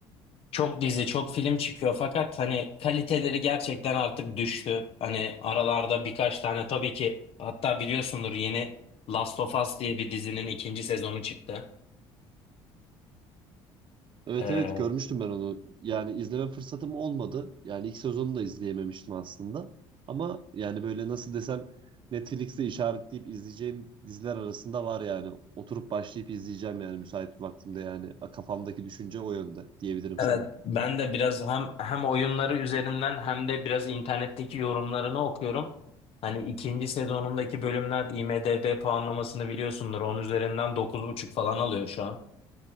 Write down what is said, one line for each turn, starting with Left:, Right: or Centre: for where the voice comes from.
Left: çok dizi, çok film çıkıyor fakat hani kaliteleri gerçekten artık düştü. Hani aralarda birkaç tane tabii ki hatta biliyorsundur yeni Last of Us diye bir dizinin ikinci sezonu çıktı.
Right: Evet
Left: Ee,
Right: evet görmüştüm ben onu. Yani izleme fırsatım olmadı. Yani ilk sezonunu da izleyememiştim aslında. Ama yani böyle nasıl desem Netflix'te işaretleyip izleyeceğim diziler arasında var yani. Oturup başlayıp izleyeceğim yani müsait bir vaktimde yani. Kafamdaki düşünce o yönde diyebilirim
Left: Evet,
Right: sana.
Left: ben de biraz hem hem oyunları üzerinden hem de biraz internetteki yorumlarını okuyorum. Hani ikinci sezonundaki bölümler IMDb puanlamasını biliyorsundur. Onun üzerinden dokuz buçuk falan alıyor şu an.